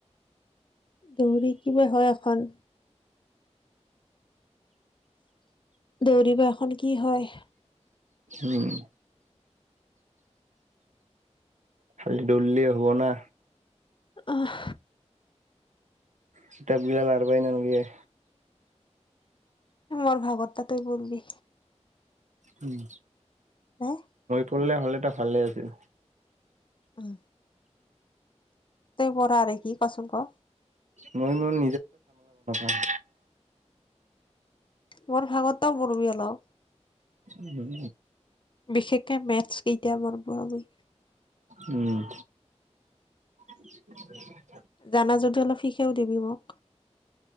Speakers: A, on the left (about 45°); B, on the right (about 85°).
A: দৌৰি কিবা হয় এখন। দৌৰিবা এখন কি হয়?
B: উম। খালি ডলডিয়ে হ'ব না।
A: অহ।
B: কিতাপ গিলা লাৰবাই নালগে।
A: মোৰ ভাগৰটা তই পঢ়বি।
B: উম।
A: <unintelligible>
B: কৰিলে হ'লে এটা ভালে আছিল।
A: অহ। তই বৰা আৰু কি কচু ক'।
B: মই ইমান <unintelligible>
A: মোৰ ভাগটোও <unintelligible> অলপ।
B: উম
A: বিশেষকে মেথছ কেইটা <unintelligible>
B: উম' <unintelligible>
A: জানা যদিও অলপ শিকায় দিবিও মোক।